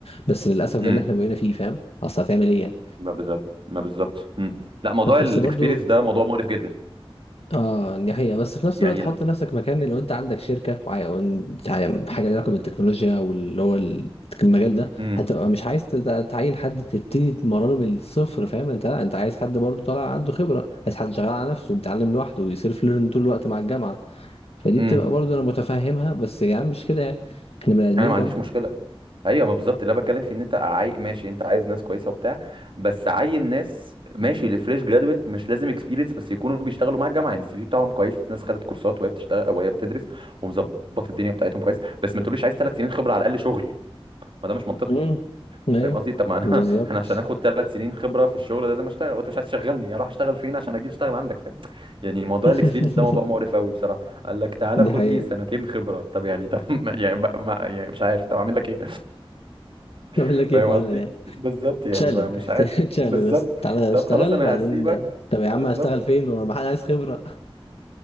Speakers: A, on the left (about 80°); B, on the right (about 60°).
A: بس للاسف ده
B: امم
A: اللي احنا بقينا فيه فاهم اصل هتعمل ايه يعني
B: ما بالظبط ما بالظبط امم
A: <laughs>
B: لا موضوع
A: اصل
B: الاكسبيرينس
A: برضو
B: ده موضوع مقرف جدا
A: اه دي حقيقة بس في نفس
B: يعني
A: الوقت حط نفسك مكان لو انت عندك شركة وعاي- وانت عاي- حاجة ليها علاقة بالتكنولوجيا واللي هو ال- المجال ده
B: امم
A: هتبقى مش عايز تد- تعين حد تبتدي تمرنه من الصفر فاهم انت لا انت عايز حد برضو طالع عنده خبرة عايز حد شغال على نفسه وبيتعلم لوحده وبيسيلف ليرن طول الوقت مع الجامعة فدي
B: امم
A: بتبقى برضو انا متفهمها بس يا يعني عم مش كده يعني احنا بني ادمين
B: انا ما
A: برضو
B: عنديش مشكله ايوه ما بالظبط اللي انا بتكلم فيه ان انت عاي ماشي انت عايز ناس كويسه وبتاع بس عين ناس ماشي لفريش جرادويت مش لازم اكسبيرينس بس يكونوا بيشتغلوا مع الجامعه يعني السي في بتاعهم كويس ناس خدت كورسات وهي بتشتغل وهي بتدرس ومظبط الدنيا بتاعتهم كويس بس ما تقوليش عايز ثلاث سنين خبره على الاقل شغل ما ده مش منطقي
A: امم ايوه
B: فاهم قصدي طب ما انا <laughs>
A: بالظبط
B: انا عشان اخد ثلاث سنين خبره في الشغل لازم اشتغل وانت مش عايز تشغلني اروح اشتغل فين عشان اجي اشتغل عندك فاهم يعني موضوع
A: <laughs>
B: الاكسبيرينس ده موضوع مقرف قوي بصراحه قال لك تعالى
A: دي
B: خد
A: حقيقة
B: لي سنتين خبره طب يعني طب <laughs> ما- يعني, بقى- ما يعني مش عارف طب اعمل لك ايه <laughs>
A: اعمل لك
B: فاهم
A: ايه فعلا
B: قصدي
A: يعني
B: بالظبط يعني
A: تشالب
B: فمش عارف
A: <laughs> تشالب
B: بالظبط
A: بس تعالى
B: طب
A: اشتغل
B: خلاص انا
A: بعدين
B: هسيبك
A: طب يا
B: بالظبط
A: عم هشتغل فين ما ما حد عايز خبرة